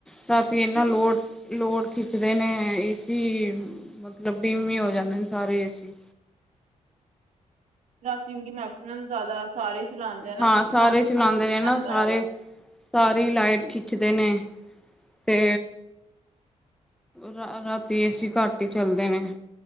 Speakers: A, in the centre; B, on the right.
A: ਤਾਂ ਵੀ ਇਨਾ
B: ਕਿਉਂ
A: ਲੋੜ ਹੁੰਦਾ ਲੋਡ ਖਿੱਚਦੇ ਨੇ ਏ ਸੀ ਮਤਲਬ ਡਿਮ ਹੀ ਹੋ ਜਾਂਦੇ ਨੇ ਸਾਰੇ ਏਸੀ
B: ਰਾਤੀ ਕਿ ਮੈਕਸੀਮਮ ਜ਼ਿਆਦਾ ਸਾਰੇ ਚਲਾਉਂਦੇ ਆ ਨਾ
A: ਹਾਂ
B: ਫਿਰ
A: ਸਾਰੇ
B: ਤਾਂ ਕਰਕੇ
A: ਚਲਾਉਂਦੇ
B: ਲੋਡ
A: ਨੇ ਨਾ
B: ਪੈਂਦਾ
A: ਸਾਰੇ
B: ਹੈਗਾ
A: ਸਾਰੀ ਲਾਈਟ ਖਿੱਚਦੇ ਨੇ ਤੇ ਰਾ ਰਾਤੀ ਏਸੀ ਘੱਟ ਹੀ ਚੱਲਦੇ ਨੇ